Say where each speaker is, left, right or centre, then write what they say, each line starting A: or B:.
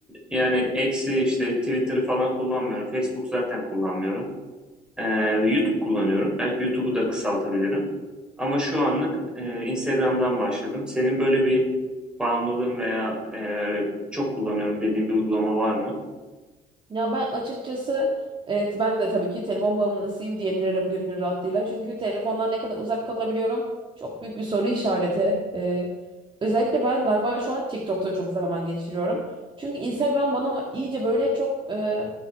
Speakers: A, in the centre; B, on the right.
A: yani eksi işte Twitter'ı falan kullanmıyorum. Facebook zaten kullanmıyorum. Ee, YouTube kullanıyorum. Belki YouTube'u da kısaltabilirim. Ama şu anlık e, Instagram'dan başladım. Senin böyle bir bağımlılığın veya e, çok kullanıyorum dediğin bir uygulama var mı?
B: Ya ben açıkçası evet ben de tabii ki telefon bağımlısıyım diyebilirim gönül rahatlığıyla. Çünkü telefondan ne kadar uzak kalabiliyorum çok büyük bir soru işareti. Ee, özellikle ben galiba şu an TikTok'ta çok zaman geçiriyorum. Çünkü Instagram bana iyice böyle çok e,